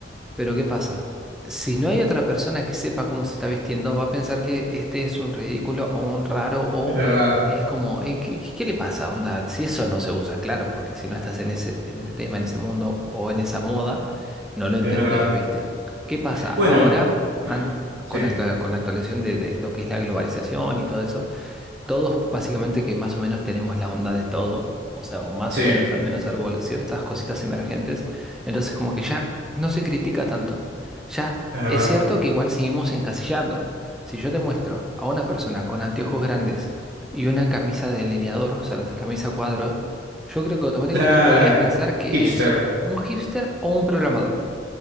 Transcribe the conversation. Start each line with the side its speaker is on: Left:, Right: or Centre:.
Centre: pero ¿qué pasa? Si no hay otra persona que sepa cómo se está vistiendo, va a pensar que este es un ridículo o un raro o
Right: Es verdad,
Centre: es como, eh, ¿qué, qué- qué le pasa? Onda, si eso no se usa, claro, porque si no estás en ese, en ese tema, en ese mundo o en esa moda, no lo entendés,
Right: es verdad.
Centre: ¿viste? ¿Qué pasa? Ahora,
Right: Bueno,
Centre: an-
Right: <clears throat> sí,
Centre: con la, actua- con la actualización de de lo que es la globalización y todo eso. todos básicamente que más o menos tenemos la onda de todo, o sea, o más
Right: sí,
Centre: o
Right: es
Centre: menos, al menos salvo ciertas cositas emergentes, entonces como que ya no se critica tanto. Ya
Right: verdad.
Centre: es cierto que igual seguimos encasillando. Si yo te muestro a una persona con anteojos grandes y una camisa de delineador, o sea, la camisa cuadro, yo creo que automáticamente
Right: La
Centre: podrías pensar que
Right: hipster.
Centre: es un hipster o un programador.